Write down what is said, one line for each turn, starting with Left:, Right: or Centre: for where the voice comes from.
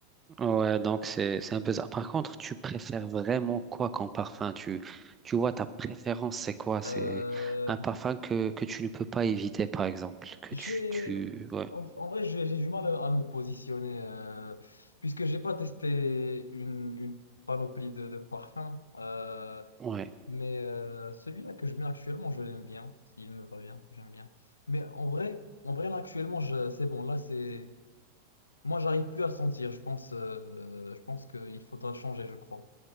Right: Ouais, donc c'est c'est un peu ça. Par contre, tu préfères vraiment quoi comme parfum? Tu tu vois ta préférence, c'est quoi? C'est
Left: Euh,
Right: un parfum que que tu ne peux pas éviter, par exemple, que
Left: J'ai,
Right: tu tu ouais
Left: en, en vrai, j'ai j'ai du mal à, à me positionner euh, puisque j'ai pas testé une, une panoplie de, de parfums. euh,
Right: ouais
Left: mais euh, celui-là que je mets actuellement, je l'aime bien. S'il me va bien, j'aime bien. Mais en vrai, en vrai, là, actuellement, je- c'est bon. Là, c'est, moi, j'arrive plus à le sentir. Je pense, euh, je pense qu'il faudra le changer, je crois,